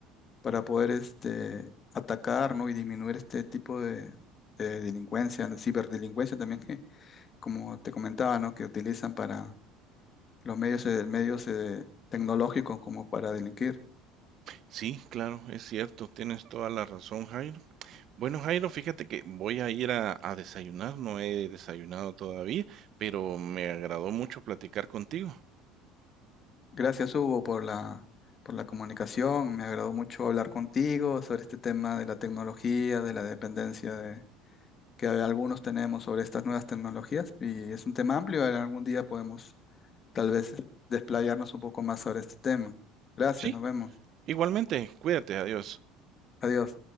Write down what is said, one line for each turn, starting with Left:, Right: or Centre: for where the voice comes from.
Left: para poder este, atacar, ¿no? Y disminuir este tipo de, de delincuencia, ciberdelincuencia también, que, como te comentaba, ¿no? Que utilizan para los medios, eh, medios eh, tecnológicos como para delinquir.
Right: Sí, claro, es cierto, tienes toda la razón, Jairo. Bueno, Jairo, fíjate que voy a ir a, a desayunar, no he desayunado todavía, pero me agradó mucho platicar contigo.
Left: Gracias, Hugo, por la, por la comunicación. Me agradó mucho hablar contigo sobre este tema de la tecnología, de la dependencia de, que algunos tenemos sobre estas nuevas tecnologías. Y es un tema amplio. Algún día podemos tal vez desplayarnos un poco más sobre este tema. Gracias,
Right: Sí,
Left: nos vemos.
Right: igualmente, cuídate, adiós.
Left: Adiós.